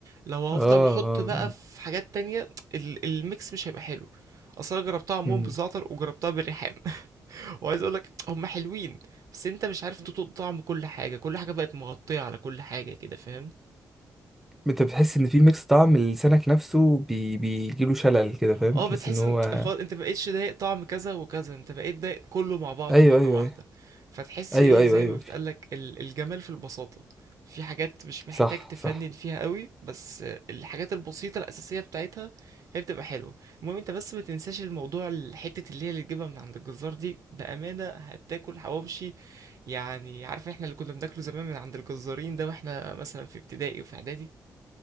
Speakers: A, on the right (about 65°); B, in the centre.
A: لو هفضل
B: اه
A: احط
B: اه
A: بقى في حاجات تانية ال- الميكس مش هيبقى حلو اصلا أنا جربتها عموما
B: امم
A: بالزعتر وجربتها بالريحان <laughs> وعايز اقول لك هما حلوين بس انت مش عارف تطوق طعم كل حاجه كل حاجه بقت مغطيه على كل حاجه كده فاهم
B: انت بتحس ان في ميكس طعم لسانك نفسه بي... بيجيله شلل كده فاهم
A: اه
B: تحس
A: بتحس
B: ان هو
A: ان خلاص انت مبقتش ضايق طعم كذا وكذا انت بقيت ضايق كله مع بعضه
B: ايوه
A: مرة
B: ايوه
A: واحدة فتحس
B: ايوه
A: ايه
B: ايوه
A: زي
B: ايوه ايوه
A: ما بتقالك
B: في
A: ال- الجمال في البساطة في حاجات مش محتاج
B: صح
A: تفنن
B: صح
A: فيها قوي بس الحاجات البسيطة الأساسية بتاعتها هي بتبقى حلوة المهم انت بس ما تنساش الموضوع الحتة اللي هي اللي تجيبها من عند الجزار دي بأمانة هتاكل حواوشي يعني عارف احنا اللي كنا بناكله زمان من عند الجزارين ده واحنا مثلا في ابتدائي وفي اعدادي